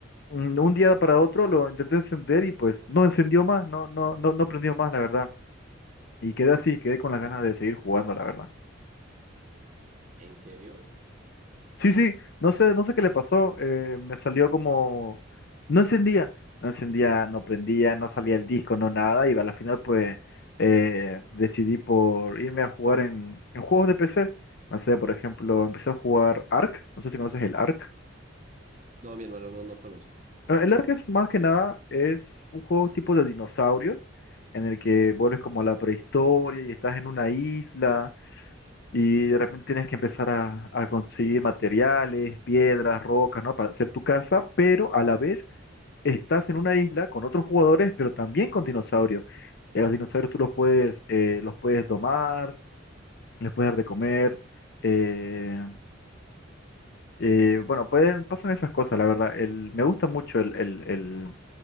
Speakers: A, on the left; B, on the right.
A: un un día para otro lo intenté encender y pues no encendió más, no, no, no, no prendió más, la verdad. Y quedé así, quedé con las ganas de seguir jugando, la verdad.
B: <laughs> ¿En serio?
A: Sí, sí, no sé, no sé qué le pasó, eh, me salió como, no encendía, no encendía, no prendía, no salía el disco, no nada, y a la final pues eh, decidí por irme a jugar en, en juegos de PC, no sé, por ejemplo, empecé a jugar Ark, no sé si conoces el Ark.
B: No, mi hermano, no, no conozco.
A: Ah, El Ark es más que nada, es un juego tipo de dinosaurios, en el que vuelves como a la prehistoria y estás en una isla Y de repente tienes que empezar a, a conseguir materiales, piedras, rocas, ¿no? Para hacer tu casa, pero a la vez estás en una isla con otros jugadores, pero también con dinosaurios. Y a los dinosaurios tú los puedes, eh, los puedes domar, les puedes dar de comer. eh, eh, bueno, pueden, pasan esas cosas, la verdad. El, me gusta mucho el, el, el,